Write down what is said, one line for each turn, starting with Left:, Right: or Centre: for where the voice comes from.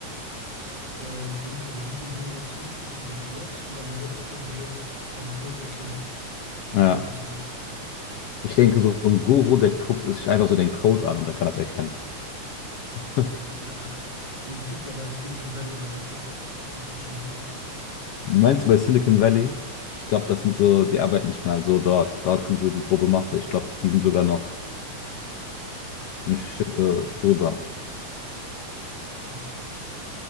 Right: äh, durch, also durch die Simulation hatten wir die Logs und an den Logs konnten wir am Code erkennen, was
Left: Ja,
Right: nicht funktioniert hat.
Left: ich denke, so ein Guru, der guckt sich einfach so den Code an und der kann das erkennen. <laughs>
Right: So, ja, <laughs> so ein Typ, der bei Silicon Valley arbeitet, hat das bestimmt drauf.
Left: Meinst du bei Silicon Valley? Ich glaube,
Right: Ja,
Left: das
Right: ja,
Left: sind so, die arbeiten nicht mal so dort. Dort sind so die grobe Masse. Ich glaube, die sind sogar noch eine Schippe drüber.
Right: krass.